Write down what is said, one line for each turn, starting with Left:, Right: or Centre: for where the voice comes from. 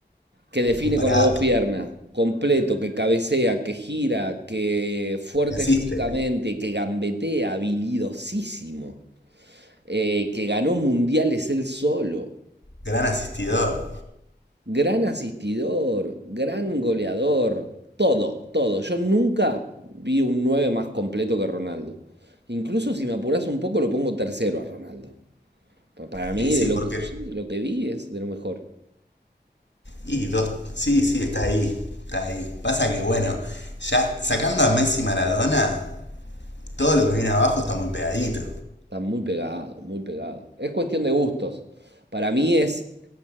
Right: que define
Left: Imparable.
Right: con las dos piernas, completo, que cabecea, que gira, que fuerte
Left: asiste.
Right: físicamente, que gambetea, habilidosísimo, eh, que ganó mundiales él solo.
Left: Gran asistidor.
Right: Gran asistidor, gran goleador, todo, todo. Yo nunca vi un 9 más completo que Ronaldo. Incluso si me apuras un poco, lo pongo tercero a Ronaldo. Pa- Para mí,
Left: Y sí,
Right: de lo
Left: porque.
Right: que, sí, de lo que vi es de lo mejor.
Left: Y dos. Sí, sí, está ahí. Está ahí. Pasa que bueno, ya sacando a Messi y Maradona, todo lo que viene abajo está muy pegadito.
Right: Está muy pegado, muy pegado. Es cuestión de gustos. Para mí es,